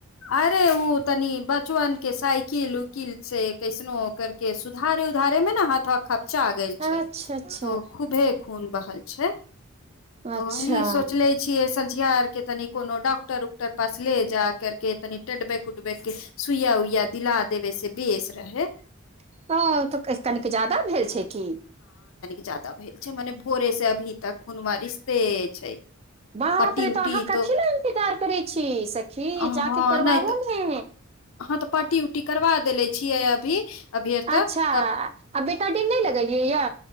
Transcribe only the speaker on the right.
अच्छा
अच्छा
अच्छा
<unintelligible>
बाप
रे
तऽ अहाँ कथी
लए इन्तजार करै छी सखी
जा के करवाबू
ने
अच्छा
आ बेटाडिन नहि लगेलियै यै